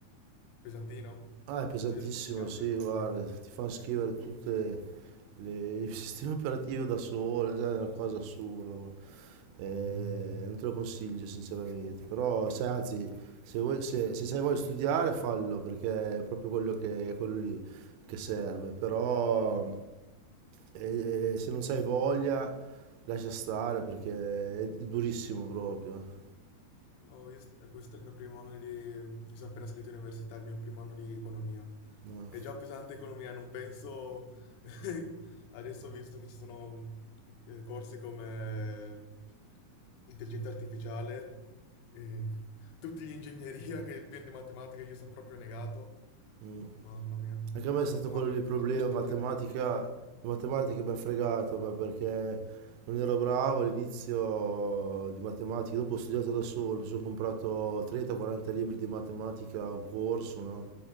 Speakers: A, on the left; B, on the right.
A: Pesantino.
B: Ah, è pesantissimo,
A: No, io sto studiando
B: sì,
A: economia.
B: guarda, ti fanno scrivere tutte le- il <laughs> sistema operativo da solo, cioè, è una cosa assurda, guarda. Eh,
A: Mm.
B: non te lo consiglio sinceramente, però se, anzi, se, vuoi, se, se hai voglia di studiare fallo perché è proprio quello, che, è quello lì che serve, però eh, eh, se non hai voglia lascia stare perché è durissimo proprio. eh.
A: No, io st- questo è il mio primo anno di... Mi sono appena iscritto in università, è il mio primo anno di economia.
B: No.
A: È già pesante economia, non penso... <laughs> Adesso ho visto che ci sono eh, corsi come intelligenza artificiale, eh, tutti gli ingegneria che pieno di matematica, io sono proprio negato.
B: Mm.
A: Mamma mia,
B: Anche a me è stato
A: matematica
B: quello lì il
A: l'ho
B: problema,
A: già bocciato
B: matematica,
A: tre volte.
B: matematica mi ha fregato, ma perché non ero bravo all'inizio di matematica, dopo ho studiato da solo, mi sono comprato 30-40 libri di matematica, un corso, no?